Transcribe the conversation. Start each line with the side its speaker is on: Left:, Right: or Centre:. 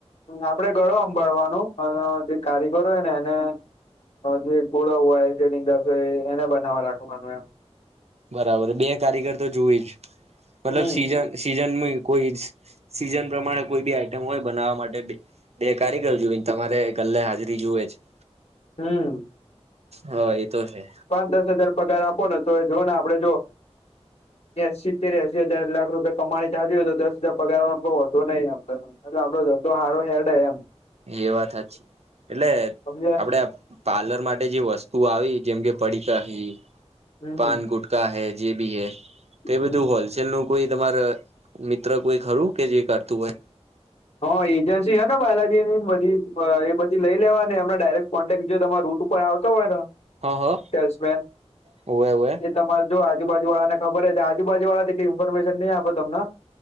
Left: આપડે ગળો હભ્ભાળવા નું અન જે કારીગરો હોય ને એને જે કુળો હોય જે શેરડી રસ હોય એને બનાવવા રાખવાનું એમ.
Right: બરાબર બે કારીગર તો જોવી જ મતલબ
Left: હમ
Right: સીઝન સીઝન કોઈ સીઝન પ્રમાણે કોઈ બી આઈટમ હોય બનાવવા માટે બે કારીગર જોઇ તમારે ગલ્લે હાજરી જુએ જ.
Left: હમ
Right: હા એ તો છે
Left: પાંચ દસ હજાર પગાર આપો ને તો એ જુઓ ને આપડે જો
Right: <inaudible>
Left: એ એ સિતેર એસી હજાર લાખ રૂપિયા કમાણી થતી હોય તો દસ હજાર પગાર માં વોધો નઈ આપડ એટલે આપડો ધંધો હારો હેડે એમ.
Right: એ વાત સાચી એટલે
Left: સમજ્યા
Right: આપડે પાર્લર માટે જે વસ્તુ આવી જેમ કે પડીકા હિ
Left: હમ
Right: પાન ગુટકા હે જેબી હે તે બધું
Left: હમ
Right: હોલસેલ નું કોઈ તમાર મિત્ર કોઈ ખરું કે જે કરતું હોય.
Left: હા એજન્સી હેને બાલાજી ની બધી એ બધી લઈ લેવાની અમને ડાયરેક્ટ કોન્ટેક્ટ જો તમાર રૂટ ઉપર આવતો હોય ને
Right: હ હ
Left: સેલ્સમેન
Right: હોવે હોવે
Left: એ તમારે જો આજુબાજુ વાળાને ખબર છે આજુબાજુ વાળા ઈતો કઈ ઇન્ફોર્મેશન નહીં આપ તમને